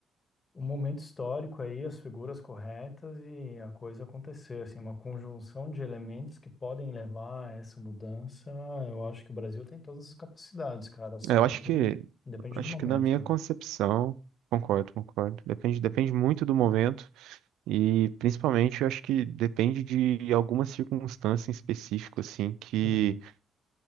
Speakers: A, on the left; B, on the right.
A: um momento histórico aí, as figuras corretas e a coisa acontecer, assim, uma conjunção de elementos que podem levar a essa mudança. Eu acho que o Brasil tem todas as capacidades, cara, só
B: é, eu
A: depende,
B: acho que,
A: depende
B: acho
A: do momento,
B: que na minha
A: né?
B: concepção, concordo, concordo. Depende, depende muito do momento e, principalmente, eu acho que depende de alguma circunstância em específico, assim, que
A: Uhum.